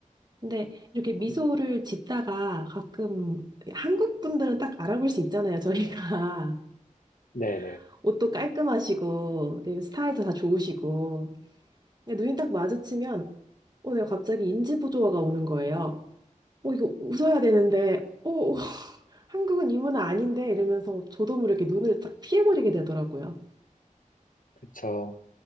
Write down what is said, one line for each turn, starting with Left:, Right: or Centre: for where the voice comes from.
Right: 근데 이렇게 미소를
Left: 그,
Right: 짓다가 가끔 한국 분들은 딱 알아볼 수 있잖아요, 저희가.
Left: 네네,
Right: <laughs> 옷도 깔끔하시고, 네, 스타일도 다 좋으시고. 근데 눈이 딱 마주치면, 어, 내가 갑자기 인지부조화가 오는 거예요. 어, 이거 웃어야 되는데, 어, 한국은 이 문화 아닌데 이러면서 저도 모르게 눈을 쫙 피해버리게 되더라고요.
Left: 그쵸.